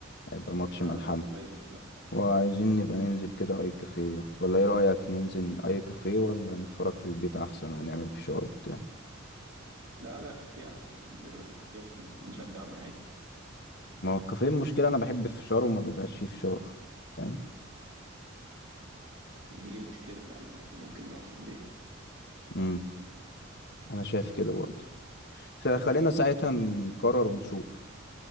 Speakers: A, on the left (about 55°); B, on the right (about 75°).
A: هيبقى ماتش
B: نعرفه
A: ملحمي
B: قريب ان شاء الله
A: وعايزين نبقى ننزل كده اي كافيه ولا ايه رأيك ننزل اي كافيه ولا نتفرج في البيت احسن ونعمل فشار وبتاع
B: لا لا كافيه احسن ننزل يا باشا كافيه عشان نشجع براحتنا
A: ما هو الكافيه المشكلة انا بحب الفشار وما بيبقاش فيه فشار فاهم
B: دي مشكله فعلا ان احنا ممكن نقعد في البيت
A: امم انا شايف كده برضه ف- خلينا ساعتها نقرر ونشوف